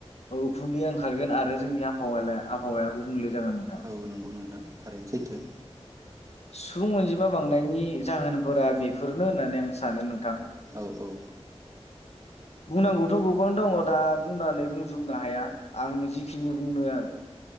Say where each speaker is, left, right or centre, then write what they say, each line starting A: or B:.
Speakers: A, on the left; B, on the right.
A: उखुन्दैया ओंखारगोन आरो जोंनि आबहावायालाय आबहावाया गुबुंले जागोन नोंथां
B: औ नंगौ नोंथां थारैनो सैथो
A: सुबुं अनजिमा बांनायनि जाहोनफोरा बेफोरनो होननानै आं सानो नोंथां
B: औ औ
A: बुंनांगौथ गोबां दङ दा बुंनानै बुंजोबनो हाया आं जिखिनि बुंनो